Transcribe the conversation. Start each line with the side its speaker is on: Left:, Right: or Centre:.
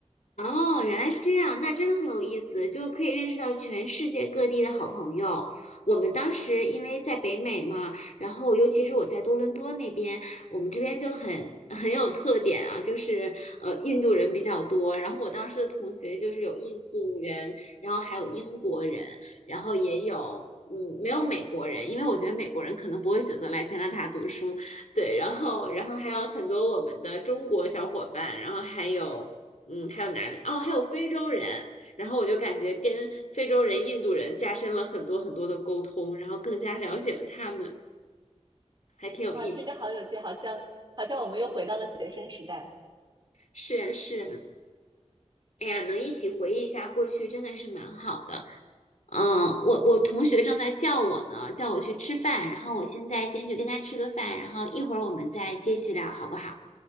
Left: 哦，原来是这样，那真的很有意思，就是可以认识到全世界各地的好朋友。我们当时因为在北美嘛，然后尤其是我在多伦多那边，我们这边就很 <laughs> 很有特点啊，就是呃印度人比较多。然后我当时的同学就是有印度人，然后还有英国人，然后也有嗯没有美国人，因为我觉得美国人可能不会选择来加拿大读书，对，然后然后还有很多我们的中国小伙伴，然后还有。嗯，还有哪里？哦，还有非洲人。然后我就感觉跟非洲人、印度人加深了很多很多的沟通，然后更加了解了他们，还挺有意思。
Right: 哇，听着好有趣，好像好像我们又回到了学生时代。
Left: 是啊，是啊。哎呀，能一起回忆一下过去，真的是蛮好的。嗯，我我同学正在叫我呢，叫我去吃饭，然后我现在先去跟他吃个饭，然后一会儿我们再接续聊，好不好？